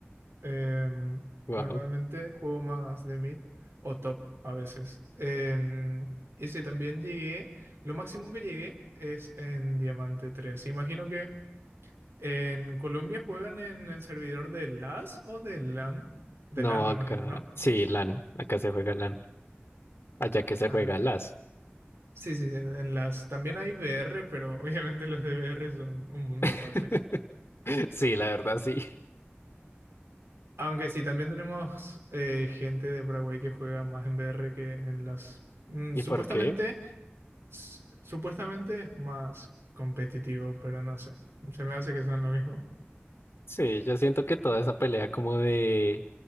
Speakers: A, on the right; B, on the left.
A: Em,
B: Wow.
A: normalmente juego más de mid o top a veces. Em, y sí, también llegué, lo máximo que llegué es en Diamante 3. Imagino que en Colombia juegan en el servidor de LAS o de LAN. De
B: No,
A: LAN,
B: acá...
A: imagino, ¿no?
B: Sí, LAN. Acá se juega LAN. Allá que se
A: Ah,
B: juega las.
A: sí, sí, sí, en LAS. También hay VR, pero <laughs> obviamente los de VR son un mundo
B: <laughs>
A: aparte.
B: Sí, la verdad sí.
A: Aunque sí, también tenemos eh, gente de Paraguay que juega más en VR que en las... mm,
B: ¿Y
A: supuestamente,
B: por qué?
A: s- supuestamente es más competitivo, pero no sé. Se me hace que son lo mismo.
B: Sí, yo siento que toda esa pelea como de